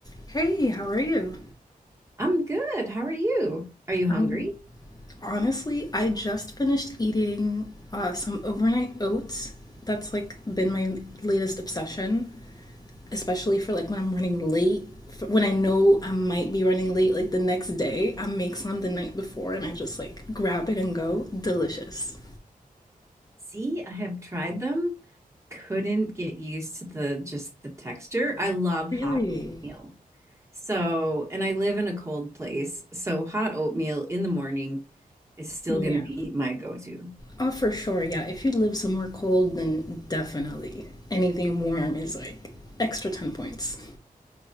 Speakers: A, on the left (about 25°); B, on the right (about 20°).
A: Hey, how are you?
B: I'm good. How are you? Are you hungry?
A: Um, honestly, I just finished eating uh, some overnight oats. That's like been my latest obsession, especially for like when I'm running late. F- When I know I might be running late, like the next day, I make some the night before and I just like grab it and go. Delicious.
B: See, I have tried them. Couldn't get used to the just the texture. I love
A: Really?
B: hot oatmeal. So, and I live in a cold place, so hot oatmeal in the morning is still
A: Yeah.
B: going to be my go-to.
A: Oh, for sure. Yeah. If you live somewhere cold, then definitely anything warm is like extra 10 points.